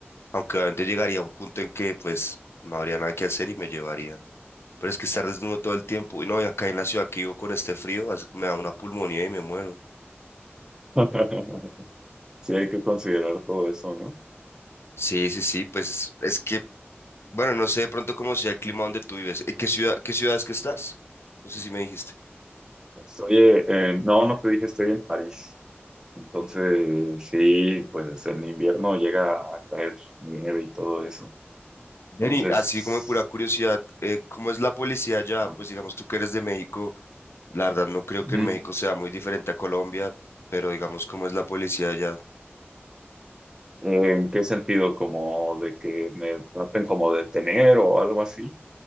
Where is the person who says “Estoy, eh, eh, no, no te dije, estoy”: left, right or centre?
Right